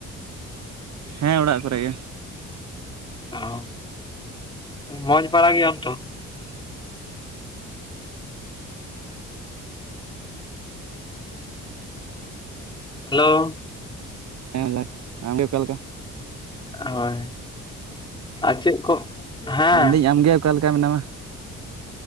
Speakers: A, on the right (about 60°); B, on the left (about 15°).
A: ᱦᱮᱸ ᱚᱲᱟᱜ ᱠᱚᱨᱮ ᱜᱮ᱾
B: ᱚ ᱢᱚᱡᱽ ᱵᱟᱲᱟ ᱜᱮᱭᱟᱢ ᱛᱚ? ᱦᱮᱞᱳ᱾
A: ᱦᱮᱸ <unintelligible> ᱟᱢᱜᱮ ᱚᱠᱟᱞᱮᱠᱟ?
B: ᱦᱳᱭ ᱟᱨ ᱪᱮᱫ ᱠᱚ ᱦᱮᱸ
A: ᱢᱮᱱᱫᱟᱹᱧ ᱟᱢᱜᱮ ᱚᱠᱟ ᱞᱮᱠᱟ ᱢᱮᱱᱟᱢᱟ?